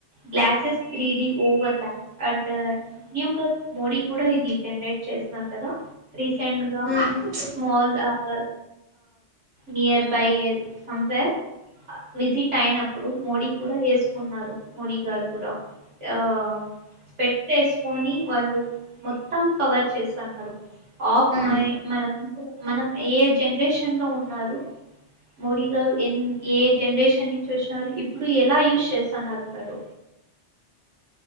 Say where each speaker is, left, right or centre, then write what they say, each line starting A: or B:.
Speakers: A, on the right; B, on the right.
A: గ్లాసెస్ త్రీడి ఓవన్లా అండ్ న్యూగా మోడి కూడా ఇది జనరేట్ చేస్ మార్ కదా రీసెంట్గా
B: ఉమ్
A: small all near by somewhere visit అయినప్పుడు
B: um
A: మోడీ కూడా ఏసుకున్నారు మోడీ గారు కూడా ఆ స్పెట్స్ ఏసుకొని వాళ్ళు మొత్తం కవర్ చేస్సన్నారు ఆపా
B: ఉమ్
A: మన మనం ఏ జనరేషన్లో ఉన్నారు మోడీ గారు ఎన్ ఏ జనరేషన్ నుంచి వచ్చినారు. ఇప్పుడు ఎలా యూస్ చేస్తన్నారు అంటారు.